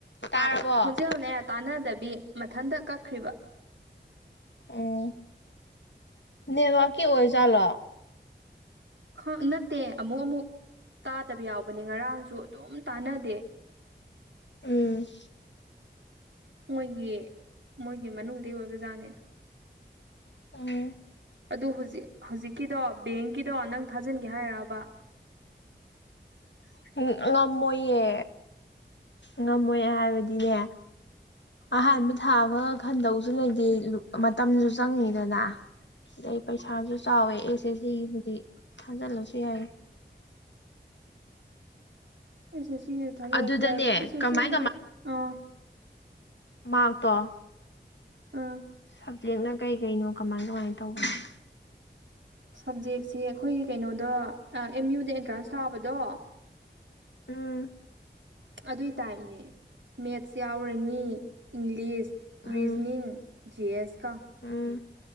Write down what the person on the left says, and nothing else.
ꯇꯥꯔꯕꯣ
ꯎꯝ ꯅꯦꯠꯋꯥ꯭ꯔꯛꯀꯤ ꯑꯣꯏꯖꯥꯠꯂꯣ
ꯎꯝ
ꯎꯝ
<unintelligible> ꯉꯝꯃꯣꯏꯌꯦ ꯉꯝꯃꯣꯏꯌꯦ ꯍꯥꯏꯕꯗꯤꯅꯦ ꯑꯍꯥꯟꯕ
ꯊꯥꯕ ꯈꯟꯗꯧꯁꯨ ꯂꯩꯇꯦ ꯃꯇꯝꯁꯨ ꯆꯪꯅꯤꯗꯅ ꯑꯗꯩ ꯄꯩꯁꯥꯁꯨ ꯆꯥꯎꯋꯦ ꯑꯦꯁ ꯑꯦꯁ ꯁꯤꯒꯤ ꯕꯨꯗꯤ ꯊꯥꯖꯤꯜꯂꯁꯨ ꯌꯥꯏꯌꯦ꯫
ꯑꯗꯨꯗꯅꯦ
ꯀꯃꯥꯏ
ꯃꯥꯥꯛꯇꯣ
ꯁꯕꯖꯦꯛꯅ ꯀꯩ ꯀꯩꯅꯣ ꯀꯃꯥꯏ ꯀꯃꯥꯏ ꯇꯧꯕꯅꯣ?
ꯎꯝ
ꯎꯝ
ꯎꯝ